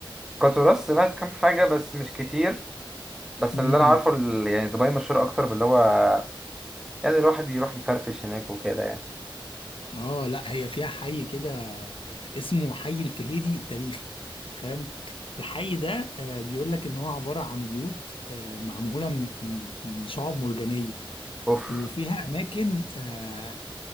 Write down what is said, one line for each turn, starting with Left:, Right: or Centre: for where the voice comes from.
Centre: كتراث سمعت كام حاجه بس مش كتير بس
Left: امم
Centre: اللي انا عارفه ال- يعني دبي مشهوره اكتر باللي هو يعني الواحد يروح يفرفش هناك وكده يعني
Left: اه لا هي فيها حي كده اسمه حي الفهيدي التاريخي فاهم الحي ده آه بيقول لك ان هو عبارة عن بيوت آه معمولة م- م- من شعاب مرجانية
Centre: اوف
Left: وفيها اماكن آه